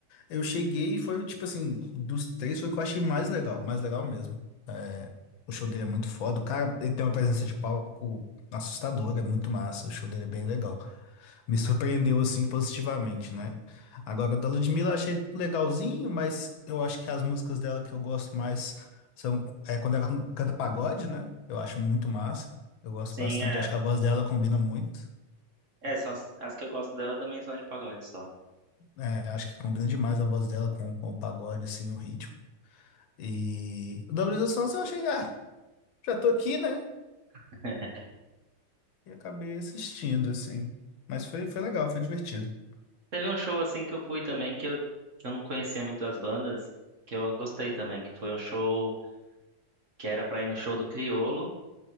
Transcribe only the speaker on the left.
Eu cheguei e foi, tipo assim, dos três foi o que eu achei mais legal, mais legal mesmo. É, O show dele é muito foda, o cara, ele tem uma presença de palco assustadora, é muito massa, o show dele é bem legal. Me surpreendeu assim positivamente, né? Agora, da Ludmilla eu achei legalzinho, mas eu acho que as músicas dela que eu gosto mais são é, quando ela canta pagode, né? Eu acho muito massa. Eu gosto
bastante,
acho que a voz dela combina muito.
É, acho que combina demais a voz dela com, com o pagode, assim, o ritmo. E o da Luísa Sonza eu achei, ah, já tô aqui, né?
E acabei assistindo, assim. Mas foi, foi legal, foi divertido.